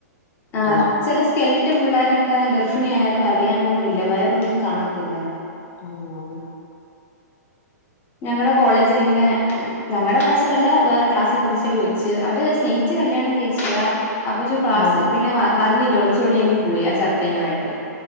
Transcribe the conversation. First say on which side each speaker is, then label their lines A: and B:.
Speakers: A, on the left (about 25°); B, on the left (about 60°).
A: ആഹ്
B: എന്നാ
A: ചില സ്കെൽറ്റ് പിള്ളോരൊക്കെ ഗർഫിണി ആയാലും അറിയാനൊന്നും ഇല്ല വയറൊന്നും കാണത്തില്ല.
B: ഉം
A: ഞങ്ങടെ കോളേജിൽ ഇങ്ങനെ ഞങ്ങടെ ബാച്ചിലല്ല വേറെ ക്ലാസ്സിൽ പഠിച്ച ഒരു കൊച്ച് അവര് സ്നേ ഹിച്ചു കല്യാണം കഴിച്ചതാ. ആ കൊച്ചു ക്ലാസ്സ്
B: ആ
A: പിന്നെ വന്നില്ല ഒളിച്ചോടിങ്ങ് പോയി ചെറക്കനുവായിട്ട്.